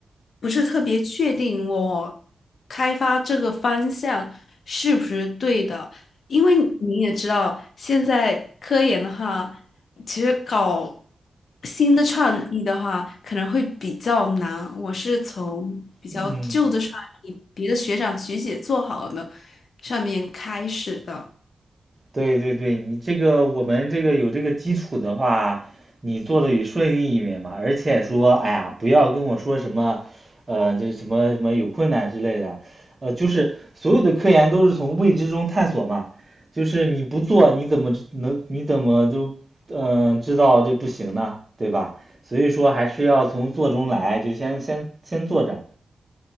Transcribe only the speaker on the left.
不是特别确定我开发这个方向是不是对的，因为你也知道，现在科研的话，其实搞新的创意的话可能会比较难。我是从比较旧的创意，
别的学长学姐做好的上面开始的。